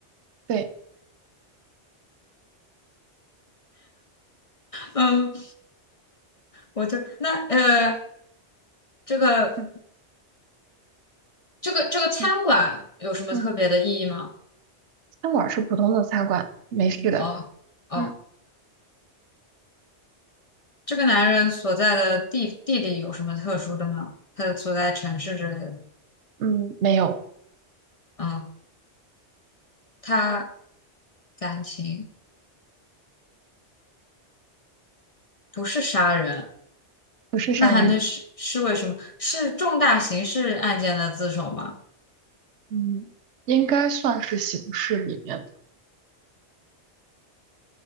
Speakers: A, on the right; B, on the left.
A: 对，
B: 嗯，我就那呃这个
A: 嗯
B: 这个这个餐馆有什么特别的意义吗？
A: 嗯嗯，餐馆是普通的餐馆，没事的，
B: 哦哦，
A: 嗯
B: 这个男人所在的地地理有什么特殊的吗？他的所在城市之类的，
A: 嗯，没有，
B: 嗯，他感情不是杀人。
A: 不是杀人，
B: 那还能是是为什么？是重大刑事案件的自首吗？
A: 嗯，应该算是刑事里面的。